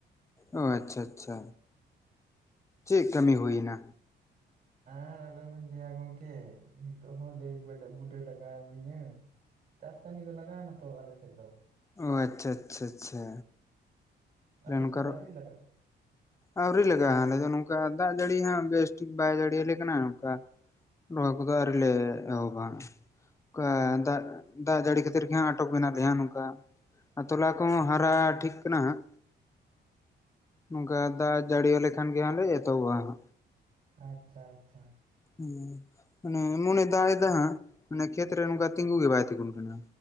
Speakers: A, on the left; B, on the right.
A: ᱚ ᱟᱪᱪᱷᱟᱻ ᱟᱪᱪᱷᱟᱻ, ᱪᱮᱜ ᱠᱟᱹᱢᱤ ᱦᱩᱭ ᱱᱟ?
B: ᱟᱨ ᱟᱞᱚᱵᱮᱱ ᱞᱟᱹᱭᱟ ᱜᱚᱝᱠᱮ ᱱᱤᱛᱚᱜ ᱦᱚᱸ ᱞᱟᱹᱭ ᱵᱟᱰᱟ ᱵᱩᱰᱟᱹᱣ ᱞᱟᱜᱟᱣ ᱞᱤᱧᱟᱹ? ᱪᱟᱥ ᱠᱟᱹᱢᱤ ᱫᱚ ᱞᱟᱜᱟᱣ ᱱᱟ ᱛᱚ ᱟᱞᱮ ᱥᱮᱫ ᱫᱚ᱾
A: ᱚ ᱟᱪᱪᱷᱟᱻ ᱟᱪᱪᱷᱟᱻ ᱟᱪᱪᱷᱟᱻ᱾
B: ᱟᱯᱮ
A: ᱨᱮᱱ
B: ᱥᱮᱫ
A: ᱠᱟᱨᱚᱜ
B: ᱫᱚ ᱟᱹᱣᱨᱤ ᱞᱟᱜᱟᱜ
A: ᱟᱹᱣᱨᱤ ᱞᱟᱜᱟᱜ-ᱟ ᱟᱞᱮ ᱫᱚ ᱱᱚᱝᱠᱟ ᱫᱟᱜ ᱡᱟᱹᱲᱤ ᱦᱟᱸᱜ ᱵᱮᱥ ᱴᱷᱤᱠ ᱵᱟᱭ ᱡᱟᱹᱲᱤ ᱭᱟᱞᱮ ᱠᱟᱱᱟ ᱱᱚᱝᱠᱟ᱾ ᱨᱚᱦᱚᱭ ᱠᱚᱫᱚ ᱟᱹᱣᱨᱤ ᱞᱮ ᱮᱦᱚᱵᱟ ᱱᱚᱝᱠᱟ
B: ᱟᱪᱪᱷᱟ
A: ᱫᱟᱜ ᱫᱟᱜ ᱡᱟᱹᱲᱤ ᱠᱷᱟᱹᱛᱤᱨ ᱜᱮ ᱦᱟᱸᱜ ᱟᱴᱚᱠ ᱢᱮᱱᱟᱜ ᱞᱮᱭᱟ, ᱱᱚᱝᱠᱟ ᱟᱨ ᱛᱚᱞᱟ ᱠᱚᱦᱚᱸ ᱦᱟᱨᱟ ᱴᱷᱤᱠ ᱠᱟᱱᱟ ᱦᱟᱸᱜ᱾ ᱱᱚᱝᱠᱟ ᱫᱟᱜ ᱡᱟᱹᱲᱤ ᱟᱞᱮ ᱠᱷᱟᱱ ᱜᱮ ᱦᱟᱸᱜ ᱞᱮ ᱮᱛᱚᱦᱚᱵ-ᱟ, ᱦᱟᱸᱜ᱾
B: ᱟᱪᱪᱷᱟᱻ ᱟᱪᱪᱷᱟᱻ᱾
A: ᱦᱮ ᱢᱟᱱᱮ ᱮᱢᱚᱱ ᱮ ᱫᱟᱜ ᱮᱫᱟ ᱦᱟᱸᱜ, ᱢᱟᱱᱮ ᱠᱷᱮᱛ ᱨᱮ ᱱᱚᱝᱠᱟ ᱛᱤᱸᱜᱩ ᱜᱮ ᱵᱟᱭ ᱛᱤᱸᱜᱩᱱ ᱠᱟᱱᱟ᱾